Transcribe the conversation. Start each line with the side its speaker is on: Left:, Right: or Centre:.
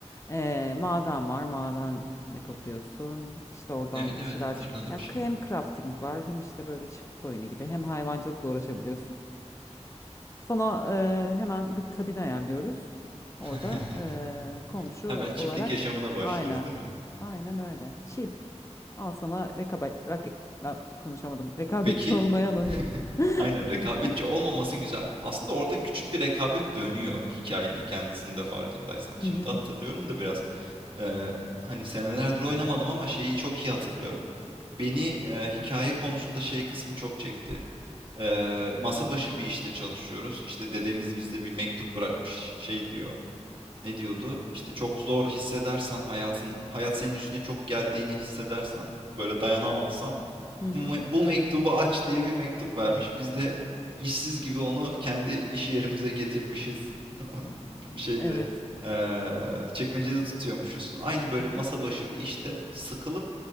Left: Ee, maden var, maden yapabiliyorsun. İşte oradan
Right: Evet evet
Left: bir şeyler
Right: hatırladım
Left: çık. Ya
Right: şimdi.
Left: hem crafting var, hem işte böyle çiftlik oyunu gibi, hem hayvancılıkla uğraşabiliyorsun. Sana e, hemen bir kabin ayarlıyoruz. Orada
Right: <laughs>
Left: e, komşu
Right: Hemen çiftlik
Left: olarak
Right: yaşamına başlıyoruz
Left: aynen,
Right: değil mi?
Left: aynen öyle. Chill. Al sana rekabet, rak, la- konuşamadım. <laughs> Rekabetçi
Right: Peki
Left: olmayan
Right: <laughs>
Left: oyun. <laughs>
Right: aynen rekabetçi olmaması güzel. Aslında orada
Left: Evet.
Right: küçük bir rekabet dönüyor hikayenin kendisinde farkındaysan. Şimdi
Left: Hı hı.
Right: hatırlıyorum da biraz eee, hani senelerdir oynamadım ama şeyi çok iyi hatırlıyorum. Beni eee, hikaye konusunda şey kısmı çok çekti. Eee, masa başı bir işte çalışıyoruz. İşte dedemiz bize bir mektup bırakmış. Şey diyor. Ne diyordu? İşte çok zor hissedersen hayatın, hayat senin üstüne çok geldiğini hissedersen, böyle dayanamazsan
Left: Hı
Right: bu,
Left: hı.
Right: me- bu mektubu aç diye bir mektup vermiş. Biz de işsiz gibi onu kendi iş yerimize getirmişiz. <laughs> Şeyde
Left: Evet.
Right: eee çekmecede tutuyormuşuz. Aynı böyle
Left: Aha.
Right: masa başı bir işte sıkılıp